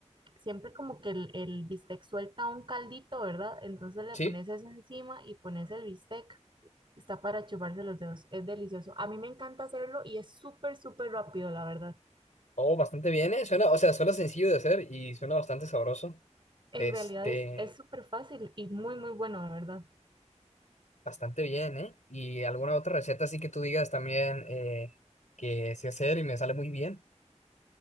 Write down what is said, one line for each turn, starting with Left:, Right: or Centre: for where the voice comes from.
Right: siempre como que el, el bistec suelta un caldito, ¿verdad? Entonces le
Left: sí.
Right: pones eso encima y pones el bistec. Está para chuparse los dedos. Es delicioso. A mí me encanta hacerlo y es súper, súper rápido, la verdad.
Left: Oh, bastante bien, ¿eh? Suena, o sea, suena sencillo de hacer y suena bastante sabroso.
Right: En
Left: Este,
Right: realidad es, es súper fácil y muy, muy bueno, la verdad.
Left: bastante bien, ¿eh? ¿Y alguna otra receta así que tú digas también eh, que sé hacer y me sale muy bien?